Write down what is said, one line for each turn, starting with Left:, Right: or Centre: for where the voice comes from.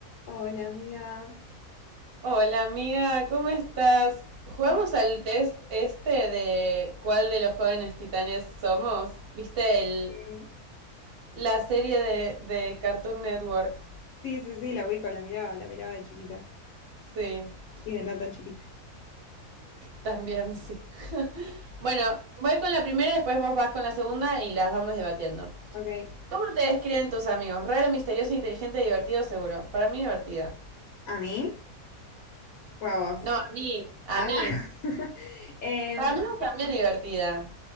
Left: Hola, amiga.
Right: Hola amiga, ¿cómo estás? Jugamos
Left: ¿Cómo estás?
Right: al test este de cuál de los jóvenes titanes somos. ¿Viste el,
Left: Sí,
Right: la serie de, de Cartoon Network?
Left: sí, sí, la ubico, la miraba, la miraba de chiquita.
Right: Sí,
Left: Y de no tan chiquita.
Right: también sí. <laughs> Bueno, voy con la primera, después vos vas con la segunda y las vamos debatiendo.
Left: Ok.
Right: ¿Cómo te describen tus amigos? Raro, misterioso, inteligente, divertido, seguro. Para mí divertida.
Left: ¿A mí? ¿O a vos?
Right: No, a mí, a
Left: Ah.
Right: mí.
Left: <laughs> Em,
Right: Para mí también divertida.